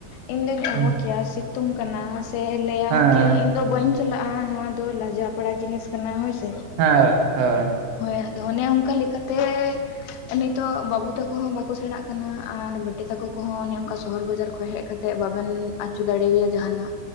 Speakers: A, on the left; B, on the right.
A: ᱤᱧ ᱫᱩᱧ
B: ᱦᱮᱸ
A: ᱚᱦᱚ ᱠᱮᱭᱟ ᱥᱤᱛᱩᱝ ᱠᱟᱱᱟ ᱥᱮ ᱛᱮ ᱞᱟᱹᱭᱟ
B: ᱦᱮᱸ
A: ᱠᱤ ᱤᱧ ᱫᱚ ᱵᱟᱹᱧ ᱪᱟᱞᱟᱜ-ᱟ ᱱᱚᱣᱟ ᱫᱚ ᱞᱟᱡᱟᱣ ᱯᱟᱲᱟ ᱡᱤᱱᱤᱥ ᱠᱟᱱᱟ ᱦᱚᱭ ᱥᱮ᱾
B: ᱦᱮᱜ ᱦᱳᱭ
A: ᱦᱳᱭ ᱟᱫᱚ ᱚᱱᱮ ᱚᱱᱠᱟ ᱞᱮᱠᱟ ᱛᱮᱜ ᱮᱱᱤᱛᱳᱜ ᱵᱟᱵᱩ ᱛᱟᱠᱚ ᱦᱚᱸ ᱵᱟᱠᱚ ᱥᱮᱬᱟᱜ ᱠᱟᱱᱟ ᱟᱨ ᱵᱤᱴᱤ ᱛᱟᱠᱚ ᱠᱚᱦᱚᱸ ᱚᱱᱮ ᱚᱱᱠᱟ ᱥᱚᱦᱚᱨ ᱵᱟᱡᱟᱨ ᱠᱷᱚᱡ ᱦᱮᱡ ᱠᱟᱛᱼᱼ ᱛᱮᱜ ᱵᱟᱵᱮᱱ ᱟᱪᱩ ᱫᱟᱲᱮ ᱣᱟᱭᱟ ᱡᱟᱦᱟᱸᱱᱟᱜ᱾